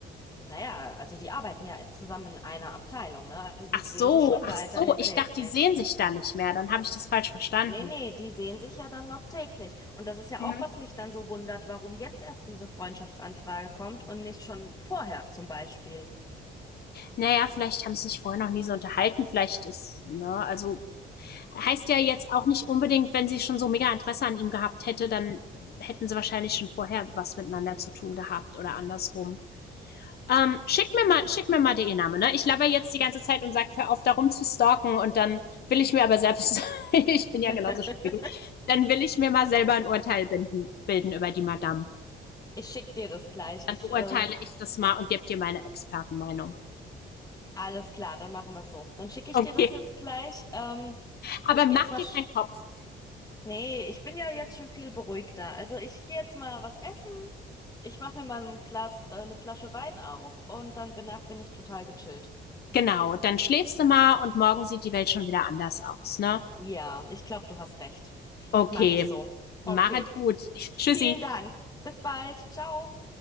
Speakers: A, on the left (about 15°); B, on the left (about 55°).
A: Naja, also die arbeiten ja zusammen in einer Abteilung, ne? Also die
B: Ach
A: sehen
B: so,
A: sich schon
B: ach
A: weiterhin
B: so, ich
A: täglich.
B: dachte, die sehen sich da nicht mehr, dann habe ich das falsch verstanden.
A: Nee, nee, die sehen sich ja dann noch täglich. Und das ist ja
B: Mhm.
A: auch, was mich dann so wundert, warum jetzt erst diese Freundschaftsanfrage kommt und nicht schon vorher zum Beispiel.
B: Naja, vielleicht haben sie sich vorher noch nie so unterhalten, vielleicht ist, ne, also Heißt ja jetzt auch nicht unbedingt, wenn sie schon so mega Interesse an ihm gehabt hätte, dann hätten sie wahrscheinlich schon vorher was miteinander zu tun gehabt oder andersrum. Ähm, schick mir mal, schick mir mal den Namen, ne? Ich laber jetzt die ganze Zeit und sag, hör auf, darum zu stalken und dann will ich mir aber selbst, <laughs> ich
A: <laughs>
B: bin ja genauso schlimm wie du, dann will ich mir mal selber ein Urteil binden, bilden über die Madame.
A: Ich schick dir das gleich.
B: Dann
A: Ich,
B: beurteile
A: äh,
B: ich das mal und gebe dir meine Expertenmeinung.
A: alles klar, dann machen wir es so. Dann schicke ich
B: Okay,
A: dir das jetzt gleich. Ähm,
B: aber
A: ich
B: mach
A: gehe jetzt mal.
B: dir
A: Sch
B: keinen Kopf.
A: nee, ich bin ja jetzt schon viel beruhigter. Also ich gehe jetzt mal was essen. Ich mache mir mal ein Glas, äh, eine Flasche Wein auf und dann danach bin ich total gechillt.
B: Genau, dann schläfst du mal und morgen sieht die Welt schon wieder anders aus, ne?
A: Ja, ich glaube, du hast recht.
B: Okay,
A: Mache ich so. Okay,
B: machet gut. Tschüssi.
A: vielen Dank. Bis bald. Ciao.